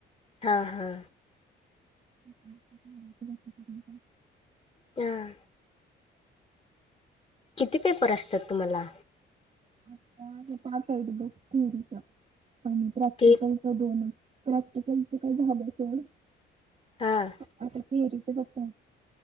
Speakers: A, on the left; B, on the right.
A: ह हा
B: <unintelligible>
A: तां किती पेपर असत्यात तुम्हाला?
B: <unintelligible> साईड ब थिरीच आणिण प्रॅक्टिकलच
A: ते
B: दोन प्रॅक्टिकलच काय झालं सोड.
A: हा
B: आता ते एरी बसत.